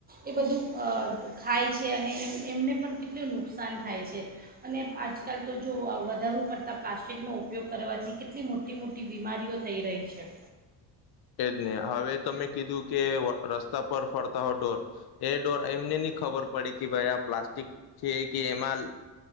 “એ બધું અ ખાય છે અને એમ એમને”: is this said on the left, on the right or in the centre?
Right